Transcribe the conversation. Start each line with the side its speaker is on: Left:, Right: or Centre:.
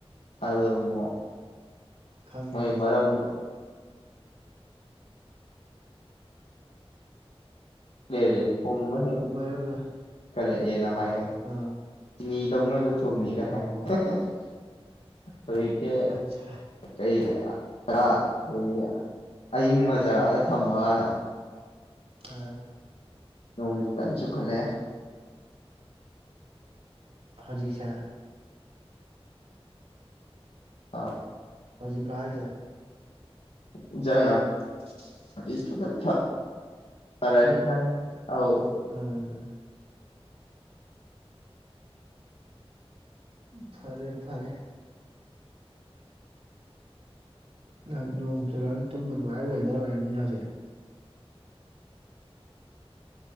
Left: ꯑꯗꯨꯗꯑꯃꯨꯛ
Right: ꯈꯪꯉꯤ
Left: ꯍꯣꯏꯌꯦ
Right: ꯈꯪꯉꯤ
Left: ꯃꯔꯝ- ꯂꯩꯖꯔꯦ ꯈꯨꯝꯕ ꯍꯦꯟ
Right: ꯃꯔꯝꯅ
Left: ꯇꯜꯂꯦ- ꯍꯦꯟꯅ ꯍꯥꯏꯌꯣ
Right: ꯑꯥ
Left: ꯆꯤꯅꯤ ꯗꯧꯅꯒ ꯊꯨꯝꯃꯤꯒ
Right: ꯑꯣ
Left: ꯍꯥꯏ ꯍ ꯍ ꯍ ꯍꯧꯖꯤꯛꯀꯤ
Right: ꯑꯠꯆꯥ
Left: ꯑꯇꯩꯖꯦ ꯑꯥ ꯑꯩꯈꯣꯏꯒꯤ ꯑꯌꯤꯡꯕ ꯖꯒꯥꯗ ꯊꯝꯃꯀꯥꯟꯗ
Right: ꯑ
Left: ꯅꯣꯡꯖꯨ ꯀꯟ ꯆꯨꯈꯠꯂꯛꯑꯦ
Right: ꯍꯧꯖꯤꯛꯁꯦ
Left: ꯑꯥ
Right: ꯍꯧꯖꯤꯛ ꯂꯣ ꯍꯥꯏꯖꯦ
Left: ꯏꯟꯖꯥꯡ ꯅꯥ-
Right: <inaudible>
Left: ꯄꯤ ꯐꯖꯅ <unintelligible> ꯐꯔ ꯐꯔꯅꯤ ꯈꯪꯉꯦ ꯑꯥꯎ
Right: ꯎꯝ ꯐꯔꯦ ꯐꯔꯦ ꯅꯪ ꯅꯣꯡ ꯆꯨꯔꯥꯟ ꯇꯨꯝꯕ ꯅꯨꯡꯉꯥꯏꯕ ꯋꯦꯗꯔ ꯑꯣꯏꯔꯅꯤꯅꯦ ꯍꯧꯖꯤꯛ